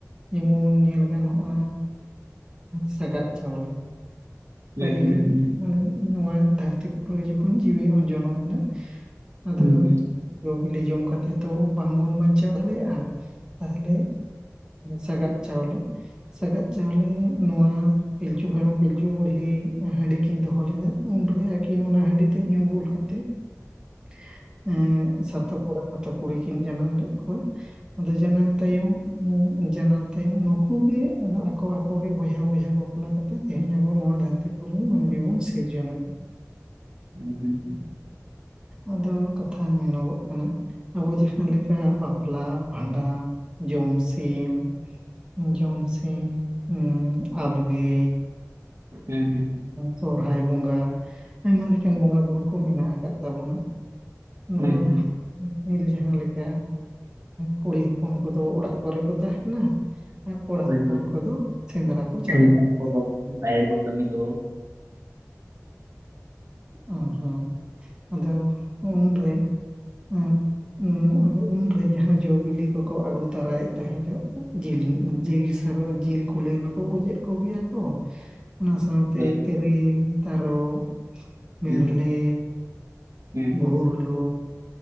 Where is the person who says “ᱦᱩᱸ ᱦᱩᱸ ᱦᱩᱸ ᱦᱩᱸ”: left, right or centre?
Right